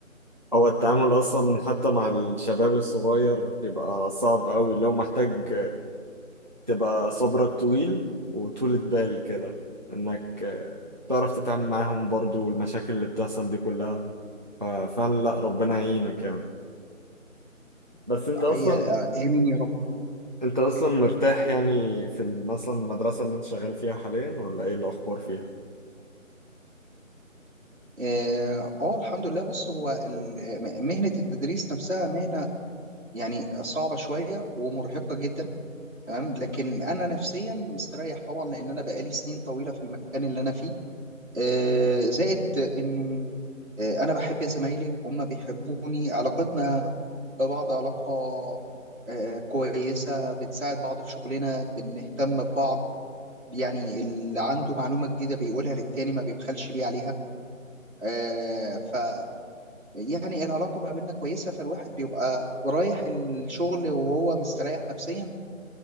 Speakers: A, on the right; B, on the right.
A: هو التعامل اصلا حتى مع الشباب الصغير بيبقى صعب قوي لو محتاج تبقى صبرك طويل وطولة بال كده انك أه، تعرف تتعامل معاهم برضو والمشاكل اللي بتحصل دي كلها ففعلا لا ربنا يعينك يعني بس انت اصلا
B: هي آه، آمين يا رب
A: انت اصلا مرتاح يعني في مثلا المدرسة اللي انت شغال فيها حاليا ولا ايه الاخبار فيها
B: اه آه، الحمد لله بص هو ال- م- مهنة التدريس نفسها مهنة يعني صعبة شوية ومرهقة جدا تمام لكن أنا نفسيا مستريح طبعا لأن أنا بقالي سنين طويلة في المكان اللي أنا فيه آه زائد إنه آه، انا بحب زمايلي وهم بيحبوني علاقتنا ببعض علاقة آه، كويسة بنساعد بعض في شغلنا بنهتم ببعض يعني اللي عنده معلومة جديدة بيقولها للتاني ما بيبخلش بيه عليها آه، ف يعني العلاقة ما بيننا كويسة فالواحد بيبقى رايح الشغل وهو مستريح نفسيا